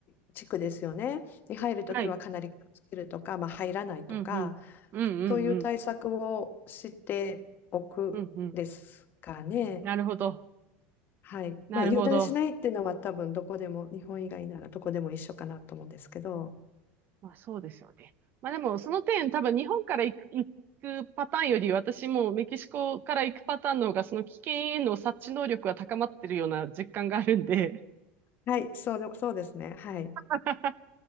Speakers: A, on the left; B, on the right.
A: い地区ですよね。に入るときはかなり気をつけるとか、
B: はい、
A: まあ、入らないとか、
B: うんうん、うんうん、
A: そういう対策をしておくですかね。
B: うん、うんうん、なるほど、
A: はい。
B: なるほど。
A: まあ、油断しないっていうのは多分どこでも、日本以外ならどこでも一緒かなと思うんですけど。
B: まあそうですよね。まあでもその点多分日本から行く、行くパターンより私もメキシコから行くパターンの方がその危険への察知能力が高まってるような実感があるんで、
A: はい、そうで、そうですね。はい。
B: <laughs>